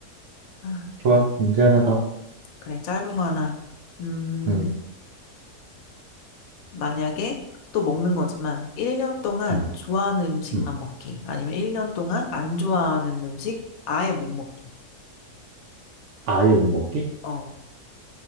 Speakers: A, on the left; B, on the right.
A: 아,
B: 좋아.
A: 맞아.
B: 문제 하나 더.
A: 그래, 짧은 거 하나. 음,
B: 응,
A: 만약에 또 먹는 거지만 1년 동안
B: 응,
A: 좋아하는 음식만
B: 응.
A: 먹기. 아니면 1년 동안 안 좋아하는 음식 아예 못 먹기.
B: 아예 못 먹기?
A: 어.